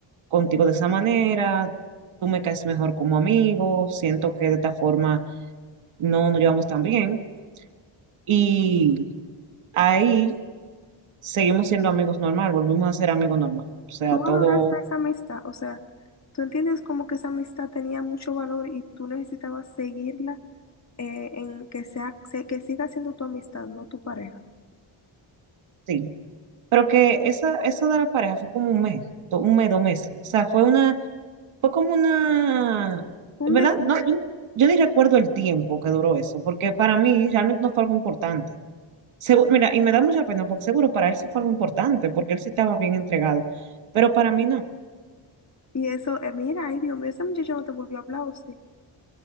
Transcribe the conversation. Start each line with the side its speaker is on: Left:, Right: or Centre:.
Right: contigo de esa manera, tú me caes mejor como amigo, siento que de esta forma no nos llevamos tan bien. Y ahí seguimos siendo amigos normal, volvimos a ser amigos normal. O sea,
Left: ¿Tú valoraste
Right: todo,
Left: esa amistad? O sea, ¿tú entiendes como que esa amistad tenía mucho valor y tú necesitabas seguirla eh, en que sea, que siga siendo tu amistad, no tu pareja?
Right: sí. Pero que esa, eso de la pareja fue como un mes, do- un mes, dos meses. O sea, fue una Fue como una,
Left: Un
Right: ¿verdad?
Left: desvío.
Right: No, yo, no- yo ni recuerdo el tiempo que duró eso, porque para mí realmente no fue algo importante. Segu- mira, y me da mucha pena, porque seguro para él sí fue algo importante, porque él sí estaba bien entregado, pero para mí no.
Left: Y eso, eh, mira, ay Dios mío, ese muchacho no te volvió a hablar, ¿o sí?